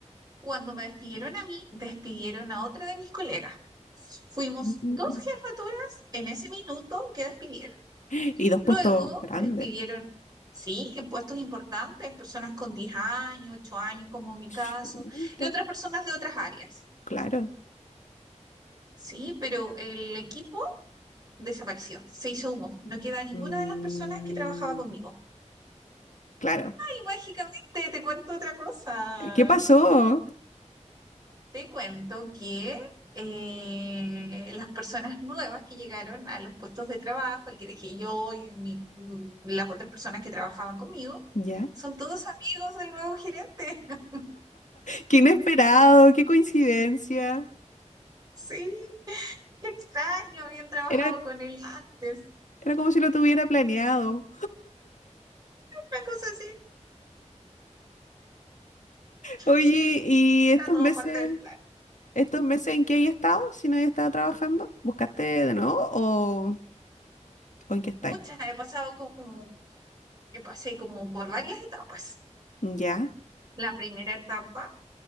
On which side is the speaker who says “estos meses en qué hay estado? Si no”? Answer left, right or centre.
Left